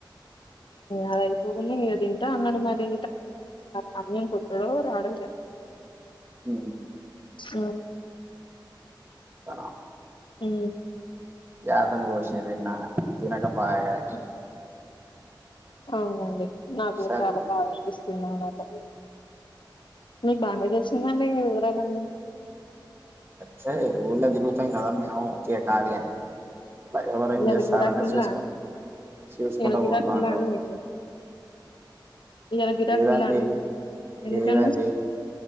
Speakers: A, on the left (about 80°); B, on the right (about 30°).
A: అదయిపోకుడా ఏ తింటా అన్నాడు మరి సమయం కొ ఎడవ రా ఆడుకా
B: అ
A: స
B: అ
A: హ
B: ారుదాని కోషంన్న తినకపాయలా
A: అవునండి నాకు కూడా
B: సార్
A: చాలా బాగా అనిపిస్తుంది వు మీకు బానే తెలిసిందండి వివరాలన్నీ
B: స ఊర్ళ తరుగుతాం కదమ తటాది ఎవర ఏం
A: ఇయాల
B: చేస్తారని
A: గిరాకు ఉందా
B: చూసుకు చూసుకుంటా
A: ఇయాల గిరాకు
B: కూతా
A: ఉందా
B: అంటావు
A: అండి మీకు ఇయాల గిరాకు
B: ఏదండి
A: ఉందా అండి మీకు ఎందుకండి
B: ఏదండి